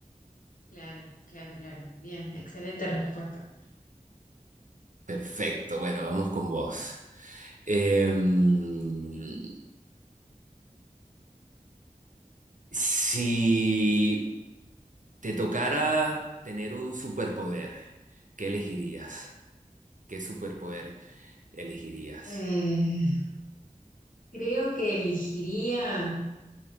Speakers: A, on the left (about 70°); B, on the right (about 65°).
A: claro, claro, claro. Bien, excelente respuesta.
B: Perfecto, bueno, vamos con vos. Em, si Te tocara tener un superpoder. ¿Qué elegirías? ¿Qué superpoder elegirías?
A: Eh, creo que elegiría